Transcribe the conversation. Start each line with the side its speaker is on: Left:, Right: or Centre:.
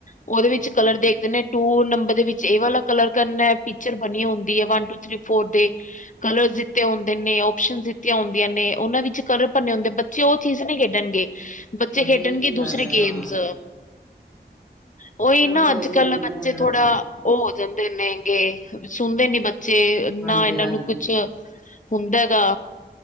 Left: ਉਹਦੇ ਵਿੱਚ
Centre: ਹਮ
Left: ਕਲਰ ਦੇਖਦੇ ਨੇ ਟੂ ਨੰਬਰ ਦੇ ਵਿੱਚ ਇਹ ਵਾਲਾ ਕਲਰ ਕਰਨਾ ਪਿਕਚਰ ਬਣੀ ਹੁੰਦੀ ਹੈ ਵਨ ਟੂ ਥ੍ਰੀ ਫੋ ਦੇ ਕਲਰ ਤੇ ਹੁੰਦੇ ਨੇ ਓਪਸ਼ਨ ਦਿੱਤੀਆਂ ਹੁੰਦੀਆਂ ਨੇ ਉਹਨਾਂ ਵਿੱਚ ਕਲਰ ਭੰਨੇ ਹੁੰਦੇ ਬੱਚੇ ਉਹ ਚੀਜ਼ ਨਹੀਂ ਖੇਡਣਗੇ ਬੱਚੇ
Centre: ਬਸ
Left: ਖੇਡਣਗੇ
Centre: ਇਹ ਤੇ ਗੱਲ
Left: ਦੂਸਰੇ
Centre: ਹੈ
Left: ਗੇਮਸ
Centre: ਹਾਂ
Left: ਉਹੀ
Centre: ਚਲੋ ਕੋਈ
Left: ਅੱਜ
Centre: ਨੀ
Left: ਕੱਲ ਬੱਚੇ
Centre: ਮੈਂ
Left: ਥੋੜਾ ਉਹ ਹੋ ਜਾਂਦੇ ਨੇ ਹੈਗੇ ਸੁਣਦੇ ਨੀ ਬੱਚੇ ਨਾ
Centre: ਹਾਂਜੀ
Left: ਇਹਨਾਂ
Centre: ਹਾਂਜੀ
Left: ਨੂੰ ਕੁਛ ਹੁੰਦਾ ਹੈਗਾ